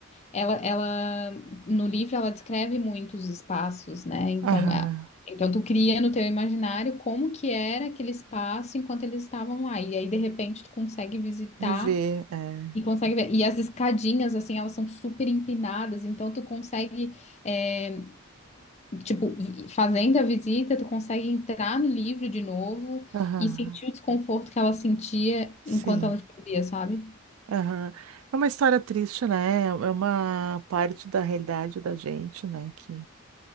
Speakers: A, on the left; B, on the right.
A: ela, ela no livro ela descreve muitos espaços, né? Então,
B: Aham.
A: a- então tu cria no teu imaginário como que era aquele espaço enquanto eles estavam lá. E aí de repente tu consegue visitar
B: Viver, é.
A: e consegue ver. E as escadinhas, assim, elas são super empinadas, então tu consegue, é, tipo, vi- fazendo a visita, tu consegue entrar no livro de novo
B: Aham.
A: e sentir o desconforto que ela sentia
B: Sim.
A: enquanto ela escrevia, sabe?
B: Aham. É uma história triste, né? É é uma parte da realidade da gente, né? Que